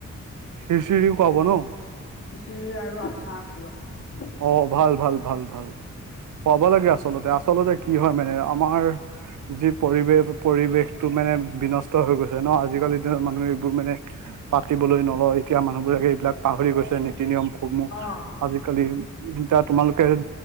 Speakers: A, on the right (about 75°); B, on the left (about 50°).
A: খিচিৰি খুৱাব ন
B: খিচিৰি আৰু আচাৰ হ'ব
A: অ ভাল ভাল ভাল ভাল খুৱাব লাগে আচলতে আচলতে কি হয় মানে আমাৰ যি পৰিৱেশ পৰিৱেশটো মানে বিনষ্ট হৈ গৈছে ন আজিকালিৰ দিনত মানুহে এইবোৰ মানে পাতিবলৈ নলয় এতিয়া মানুহবোৰে এইবিলাক পাহৰি গৈছে নীতি নিয়মসমূহ
B: অ
A: আজিকালি যেতিয়া তোমালোকে